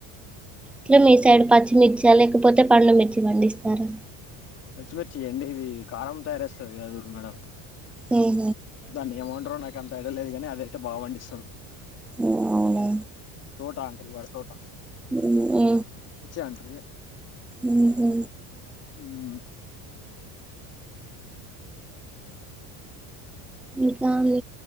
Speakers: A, in the centre; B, on the left (about 35°).
A: ట్లు మీ సైడ్ పచ్చిమిర్చా లేకపోతే పండుమిర్చి పండిస్తారా
B: మచ్చిమిర్చి ఎండి ఇది కారం తయార్చేస్తర్ కాద మేడం
A: ఊహు
B: దాన్ని ఏమంట్రో నాక అంత ఐడియలేదు గానీ అదయితే బాగా పండిస్తారు
A: ఓ అవునా
B: తోటా అంటరు వర్ తోట్
A: మ్ ఉహు
B: అంటారు ఇగ
A: ఉహు
B: ఉమ్
A: ఇంకా ఇది